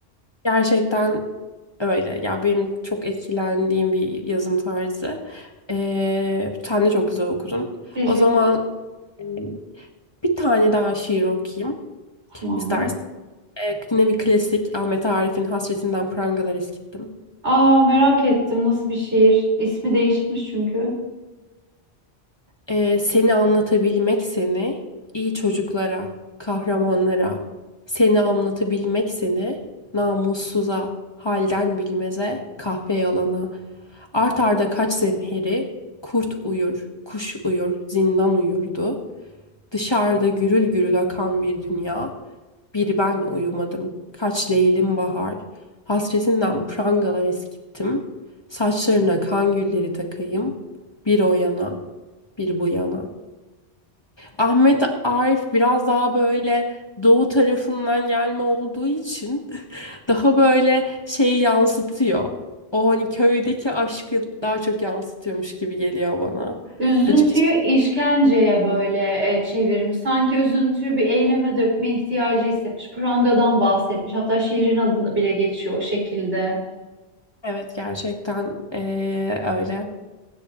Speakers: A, on the left; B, on the right.
A: gerçekten öyle. Ya benim çok etkilendiğim bir yazım tarzı. Ee, sen de çok güzel okudun.
B: Teşekkürler.
A: O zaman e, bir tane daha şiir okuyayım
B: Tamam
A: istersen.
B: mı?
A: Ee, yine bir klasik Ahmet Arif'in Hasretinden Prangalar Eskittim.
B: Aa merak ettim nasıl bir şiir? İsmi değişikmiş çünkü.
A: Ee, seni anlatabilmek seni, iyi çocuklara, kahramanlara, seni anlatabilmek seni, namussuza, halden bilmeze, kahpe yalana, art arda kaç zemheri, kurt uyur, kuş uyur, zindan uyurdu, dışarıda gürül gürül akan bir dünya, bir ben uyumadım, kaç leylim bahar, hasretinden prangalar eskittim, saçlarına kan gülleri takayım, bir o yana, bir bu yana. Ahmet Arif biraz daha böyle doğu tarafından gelme olduğu için <laughs> daha böyle şeyi yansıtıyor. O hani köydeki aşkı daha çok yansıtıyormuş gibi geliyor bana.
B: Üzüntüyü
A: Açıkçası
B: işkenceye böyle e, çevirmiş. Sanki üzüntüyü bir eyleme dökme ihtiyacı hissetmiş. Prangadan bahsetmiş. Hatta şiirin adı da bile geçiyor o şekilde.
A: evet gerçekten eee, öyle.